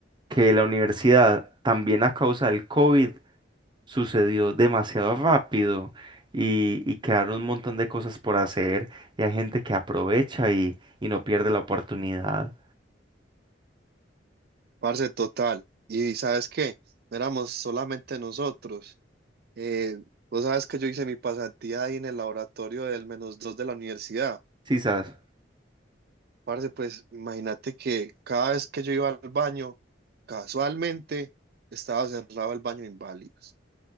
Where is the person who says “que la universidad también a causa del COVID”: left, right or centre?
Right